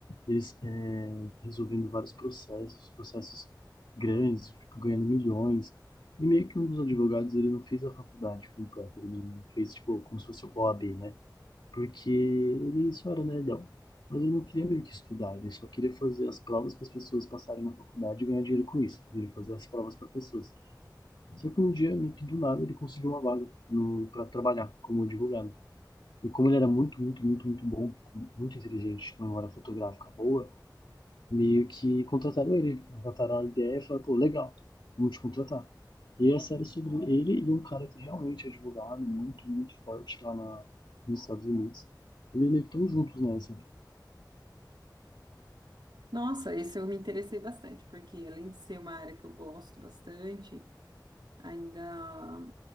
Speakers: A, on the left; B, on the right.
A: Eles é, resolvendo vários processos, processos grandes, tipo, ganhando milhões. E meio que um dos advogados, ele não fez a faculdade completa, ele não fez, tipo, como se fosse o OAB, né? Porque ele só era nerdão. Mas ele não queria meio que estudar, ele só queria fazer as provas para as pessoas passarem na faculdade e ganhar dinheiro com isso. Ele queria fazer as provas para as pessoas. Só que um dia, meio que do nada, ele conseguiu uma vaga no, para trabalhar como advogado. E como ele era muito, muito, muito, muito bom, muito inteligente, com uma memória fotográfica boa, meio que contrataram ele. Contrataram a ideia e falaram, pô, legal, vamos te contratar. E a série é sobre ele e um cara que realmente é advogado, muito, muito forte lá na, nos Estados Unidos. Eles meio que estão juntos nessa.
B: Nossa, esse eu me interessei bastante, porque além de ser uma área que eu gosto bastante, ainda,